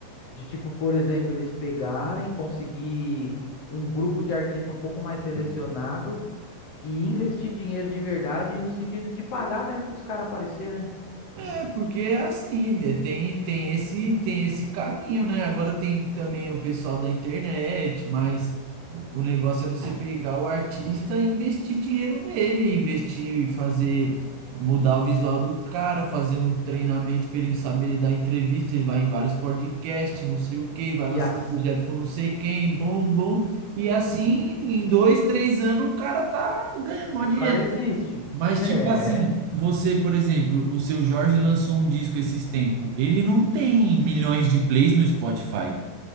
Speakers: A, on the left; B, on the right.
A: de tipo, por exemplo, eles pegarem, conseguir um grupo de artista um pouco mais selecionado
B: é.
A: e investir dinheiro de verdade, e no sentido de pagar mesmo pros caras aparecer, né?
B: É, porque é assim, né? Tem, tem esse, tem esse caminho, né? Agora tem também o pessoal da internet, mas o negócio é você pegar o artista e investir dinheiro nele, investir e fazer, mudar o visual do cara, fazer um treinamento para ele saber dar entrevista, ele vai em vários podcasts, não sei o quê, vai lançar
A: E as,
B: projeto com não sei quem, bom, bom. E assim, em dois, três anos, o cara tá ganhando mó
A: o
B: dinheiro.
A: cara existe.
B: Mas,
A: É,
B: tipo assim, você, por exemplo, o seu Jorge lançou um disco esses tempos. Ele não tem milhões de plays no Spotify.